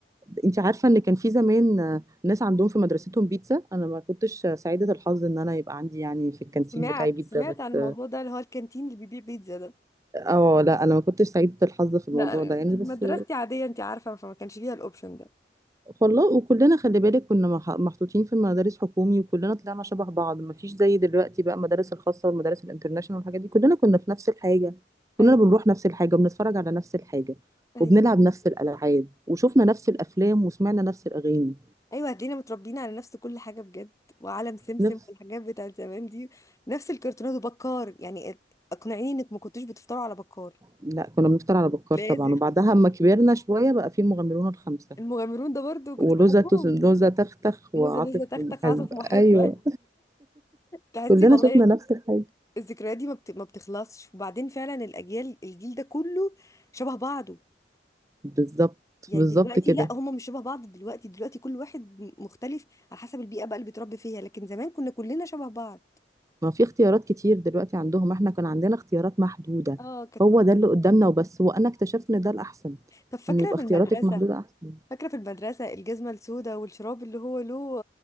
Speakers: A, on the right (about 20°); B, on the left (about 15°).
A: انت عارفة ان كان في زمان آه، ناس عندهم في مدرستهم بيتزا انا ما كنتش آه، سعيدة الحظ ان انا يبقى عندي يعني في الكانتين
B: سمعت
A: بتاعي بيتزا
B: سمعت
A: بس
B: عن الموضوع ده اللي هو الكانتين اللي بيبيع بيتزا ده
A: اه لا انا ما كنتش سعيده الحظ في الموضوع
B: لا أنا
A: ده يعني
B: مدرستي
A: بس
B: عاديه انت عارفه فما كانش فيها الاوبشن ده
A: والله وكلنا خلي بالك كنا مح- محطوطين في مدارس حكومي وكلنا طلعنا شبه بعض ما فيش زي دلوقتي بقى المدارس الخاصه والمدارس الانترناشونال والحاجات دي كلنا كنا في نفس الحاجه كلنا
B: ايوه
A: بنروح نفس الحاجه وبنتفرج على نفس الحاجه
B: ايوه
A: وبنلعب نفس الالعاب وشوفنا نفس الافلام وسمعنا نفس الاغاني
B: ايوه هتلاقينا متربيين على نفس كل حاجه بجد وعالم سمسم
A: نفس
B: والحاجات بتاعت زمان دي نفس الكرتونات وبكار يعني اقنعيني انك ما كنتوش بتفطروا على بكار
A: لا كنا بنفطر على بكار
B: لازم
A: طبعا وبعدها اما كبرنا شويه بقى في المغامرون الخمسه
B: المغامرون ده برضو كنت
A: ولوزة
B: بحبهم
A: تز- لوزة تختخ
B: موزة
A: وعاطف
B: لسه تختخ
A: ومحب
B: عاطف محبة
A: ايوه
B: <laughs> تحسي
A: كلنا
B: والله
A: شفنا نفس الحاجه
B: الذكريات دي ما, بت... ما بتخلصش وبعدين فعلا الأجيال الجيل ده كله شبه بعضه
A: بالظبط
B: يعني
A: بالظبط
B: دلوقتي
A: كده
B: لا هم مش شبه بعض دلوقتي دلوقتي كل واحد م- مختلف على حسب البيئة بقى اللي بيتربي فيها لكن زمان كنا كلنا شبه بعض
A: ما في اختيارات كتير دلوقتي عندهم احنا كان عندنا اختيارات محدودة
B: اه كانت
A: هو
B: مر-
A: ده اللي قدامنا وبس وانا اكتشفت ان ده الاحسن
B: طب فاكرة
A: ان يبقى
B: في
A: اختياراتك
B: المدرسة
A: محدودة احسن
B: فاكرة في المدرسة الجزمة السوداء والشراب اللي هو له